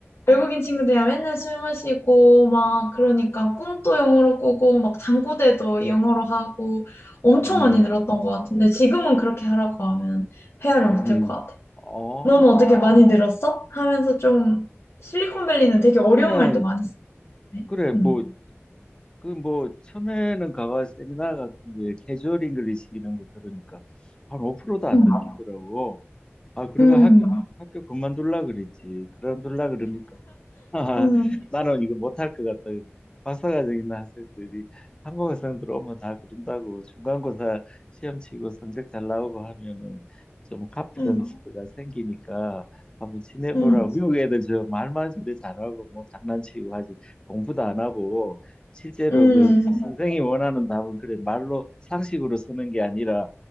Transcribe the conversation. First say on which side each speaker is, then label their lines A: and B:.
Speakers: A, on the left; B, on the left.
A: 외국인 친구들이랑 맨날 술 마시고, 막 그러니까 꿈도 영어로 꾸고, 막 잠꼬대도 영어로 하고, 엄청
B: 음.
A: 많이 늘었던 것 같은데, 지금은 그렇게 하라고 하면 헤아를
B: 음,
A: 못할 것 같아.
B: 어,
A: 너는 어떻게 많이 늘었어? 하면서 좀 실리콘밸리는 되게
B: 뭐
A: 어려운
B: 그냥,
A: 말도 많이 쓰네.
B: 그래, 뭐,
A: 음.
B: 그 뭐, 처음에는 가가 세미나 같은 거에 캐주얼 잉글리시 이런 거 들으니까 한 5%도 안
A: 음.
B: 듣기더라고. 아, 그래가
A: 음,
B: 학교, 학교 그만둘라 그랬지. 그만둘라 그러니까 <laughs>
A: 음.
B: 나는 이거 못할 것 같다 그러니까 박사과정 있는 학생들이 한국 학생들 오면 다 그런다고 중간고사 시험 치고 성적 잘 나오고 하면은 좀 카피던스가
A: 음.
B: 생기니까 한번 지내보라고
A: 음.
B: 미국 애들 저 말만 저리 잘하고 뭐 장난치고 하지 공부도 안 하고 실제로
A: 음.
B: 그 선생이 원하는 답은 그래 말로 상식으로 쓰는 게 아니라